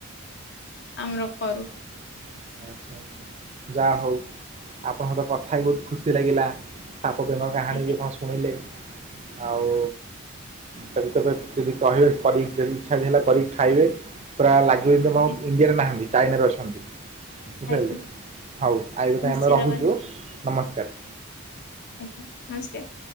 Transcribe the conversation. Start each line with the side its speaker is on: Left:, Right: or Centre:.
Left: ଆମର କରୁ।
Right: ଆଚ୍ଛା ଆଚ୍ଛା ଆଚ୍ଛା ଯାହଉ ଆପଣଙ୍କ ସହିତ କଥା ହେଇ ବହୁତ୍ ଖୁସି ଲାଗିଲା। ସାପ ବେଙ୍ଗ କାହାଣୀ
Left: ଆଜ୍ଞା
Right: ବି ଆପଣ ଶୁଣେଇଲେ ଆଉ ତା ତମ ଯଦି କହିବେ କରିକି ଯଦି ଇଛା ବି ହେଲା କରିକି ଖାଇବେ। ପୁରା ଲାଗ୍ ଜୋଇଁ ତମ
Left: ଆଜ୍ଞା
Right: ଇଣ୍ଡିଆରେ ନାହାନ୍ତି ଚାଇନାରେ ଅଛନ୍ତି। ବୁଝିପାରିଲେ
Left: ଆଜ୍ଞା
Right: ହଉ ଆଜି ପାଇଁ
Left: ନିଶ୍ଚିତ
Right: ଆମେ ରହୁଚୁ
Left: କରି।
Right: ନମସ୍କାର୍।
Left: ଆଜ୍ଞା ନମସ୍କାର୍।